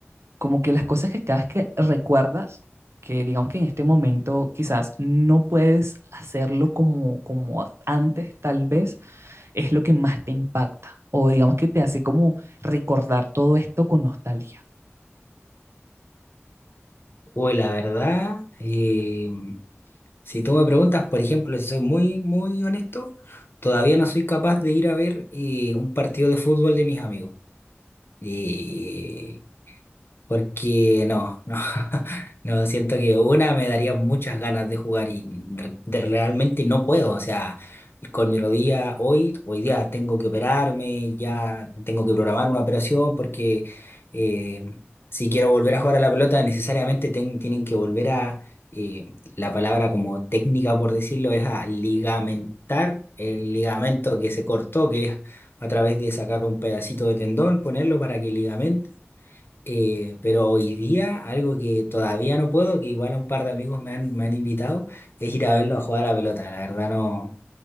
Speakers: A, on the right (about 70°); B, on the left (about 55°).
A: como que las cosas que cada vez que recuerdas, que digamos que en este momento quizás no puedes hacerlo como, como a- antes, tal vez, es lo que más te impacta o digamos que te hace como recordar todo esto con nostalgia.
B: Uy, la verdad, eh, Si tú me preguntas, por ejemplo, si soy muy, muy honesto, todavía no soy capaz de ir a ver eh, un partido de fútbol de mis amigos. Y porque no, no, <laughs> no, siento que una me daría muchas ganas de jugar y re- de realmente no puedo, o sea, con mi rodilla hoy, hoy día tengo que operarme, ya tengo que programar una operación porque eh, si quiero volver a jugar a la pelota necesariamente ten- tienen que volver a, eh, la palabra como técnica por decirlo es a ligamentar el ligamento que se cortó, que es a través de sacar un pedacito de tendón, ponerlo para que ligamento eh, pero hoy día, algo que todavía no puedo, que igual a un par de amigos me han, me han invitado, es ir a verlo a jugar a la pelota. La verdad no,